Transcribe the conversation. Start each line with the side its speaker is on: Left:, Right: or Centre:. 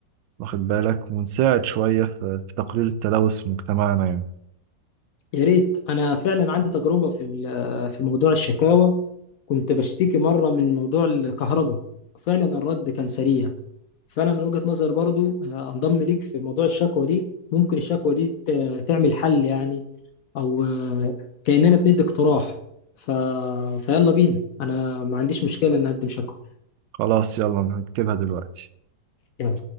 Right: واخد بالك ونساعد شوية في في تقليل التلوث في مجتمعنا يعني
Left: يا ريت انا فعلا عندي تجربه في ال- في موضوع الشكاوى كنت بشتكي مره من موضوع الكهرباء فعلا الرد كان سريع فانا من وجهه نظر برضو آه، انضم ليك في موضوع الشكوى دي ممكن الشكوى دي ت- تعمل حل يعني او آه، كاننا بندي اقتراح ف... فيلا بينا انا ما عنديش مشكله ان اقدم شكوى
Right: خلاص يلا أنا هكتبها دلوقتي
Left: يلا